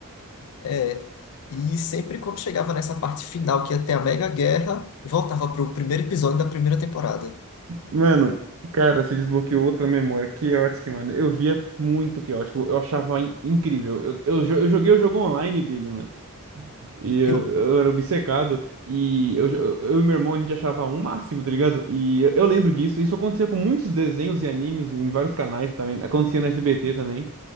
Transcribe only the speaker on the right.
Mano, cara, você desbloqueou outra memória. Chaotic, mano. Eu via muito Chaotic. Eu achava in- incrível. Eu, eu, jo- eu joguei o jogo online dele, mano. E eu,
eu era obcecado. E eu, eu, eu e meu irmão, a gente achava um máximo, tá ligado? E eu, eu lembro disso. Isso acontecia com muitos desenhos e animes em vários canais também. Acontecia na SBT também.